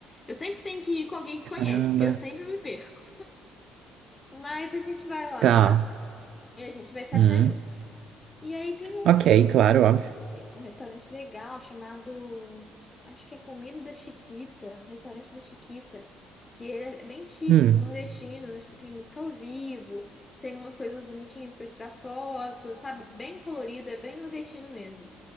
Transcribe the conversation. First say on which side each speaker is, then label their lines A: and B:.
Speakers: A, on the left; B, on the right.
A: Eu sempre tenho que ir com alguém que
B: Caramba.
A: conhece, porque eu sempre me perco. Mas a gente vai lá
B: Tá.
A: e a gente vai se
B: Hum.
A: achar junto. E aí tem um,
B: Ok,
A: um restaurante,
B: claro, óbvio.
A: um restaurante legal chamado, acho que é Comida da Chiquita, Restaurante da Chiquita, que é bem típico
B: Hum.
A: nordestino, acho que tem música ao vivo, tem umas coisas bonitinhas para tirar foto, sabe? Bem colorido, é bem nordestino mesmo.